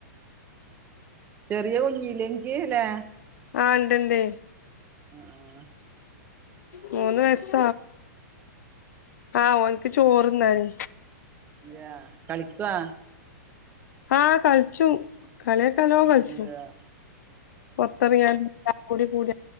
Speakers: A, on the right; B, on the left.
A: ചെറിയ കുഞ്ഞീലല എനിക്ക്ല്ലേ
B: ആ ഉണ്ട്ണ്ട്
A: ആ ആ
B: മൂന്ന് വയസ ആ ഓനിക്ക് ചോറന്നും
A: എയ കളിക്കുവാ
B: ആഹ കളിച്ചു കളിയ ലോ കിച്ചു
A: ഇല്ലാ
B: പൊത്തറിയാനുംടിൂട